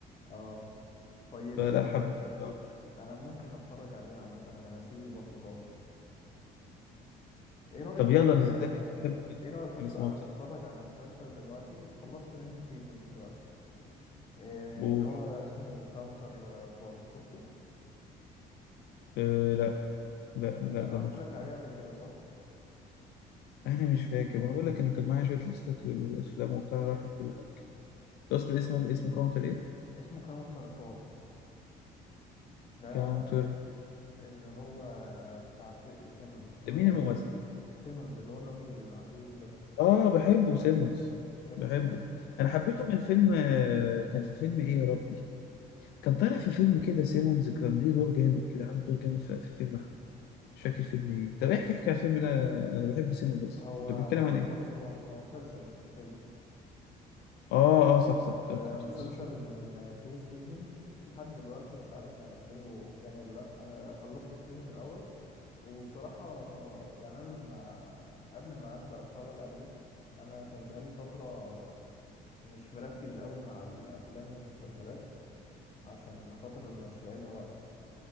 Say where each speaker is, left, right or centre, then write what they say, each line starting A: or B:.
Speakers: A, on the left; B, on the left.
A: اه طيب
B: فلا
A: آه
B: حبيته
A: انا ممكن اتفرج عليه عامه انا ناسيه برضه خالص ايه رايك
B: طب يلا
A: آه
B: انا صدقني بحبه جدا
A: ايه رايك يا
B: كان
A: اسطى
B: اسمعه
A: انا
B: تاني
A: بتفرج على مسلسل دلوقتي خلصت منه سيزون دلوقتي آه
B: قول
A: اللي هو اسمه كاونتر بارت شفته
B: آه لا لا
A: انا
B: لا ده
A: قلت
B: ما شفتوش
A: لك عليه قبل كده صح
B: انا مش فاكر ما أنا بقول لك انا كان معايا شويه ليستات والافلام وبتاع راحت كل حاجه اصل اسمه اسمه كاونتر ايه
A: اسمه كاونتر بارت ده
B: كاونتر
A: اللي هو بتاع سي- سيمونز اللي
B: مين
A: هو الراجل
B: الممثل
A: سيمونز اللي هو الراجل العجوز ده
B: اه بحبه سيمونز
A: بتحب
B: بحبه
A: سيمونز
B: انا حبيته من فيلم آه، كان في فيلم ايه يا ربي كان طالع في فيلم كده سيمونز كان ليه دور جامد كده عامل دور جامد في في فيلم مش فاكر فيلم ايه طب احكي احكي على الفيلم ده انا بحب سيمونز اصلا
A: هو
B: ده
A: هو
B: بيتكلم عن ايه
A: بص هو هو مسلسل مش فيلم
B: اه اه صح صح قلت
A: آه،
B: مسلسل
A: مسلسل من تو سيزونز لحد دلوقتي مش عارف هينزله تاني ولا لا انا خلصت السيزون الاول وبصراحة يعني أنا لما قبل ما أبدأ أتفرج عليه أنا كان بقالي فترة مش مركز قوي مع الأفلام والمسلسلات عشان خاطر مش لاقي لها وقت